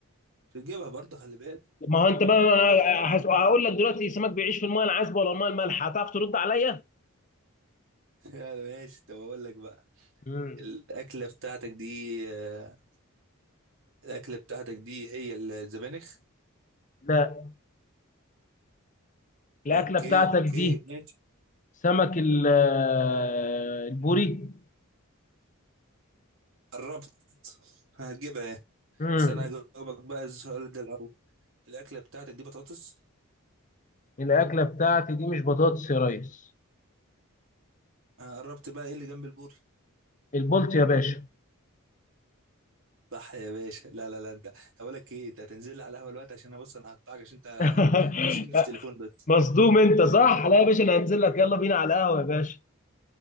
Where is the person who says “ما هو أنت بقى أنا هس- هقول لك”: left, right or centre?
Left